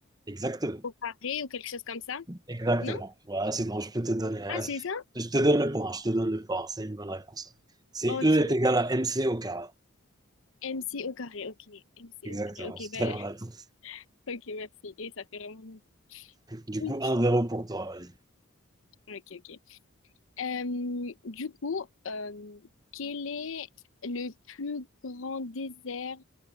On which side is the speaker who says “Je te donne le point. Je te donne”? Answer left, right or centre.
Right